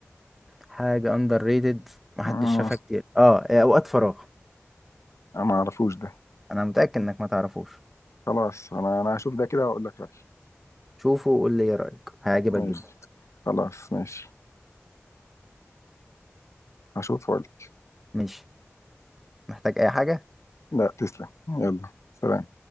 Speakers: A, in the centre; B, on the left.
A: حاجه اندر ريتد محدش
B: مم،
A: شافها كتير اه آه، اوقات فراغ
B: انا ما اعرفوش ده
A: انا متاكد انك ما تعرفوش
B: خلاص انا انا هشوف ده كده واقول لك رأيي
A: شوفه وقول لي ايه رايك هيعجبك
B: ماشي
A: جدا
B: خلاص ماشي هشوف واقول لك
A: ماشي محتاج اي حاجه
B: لا تسلم يلا سلام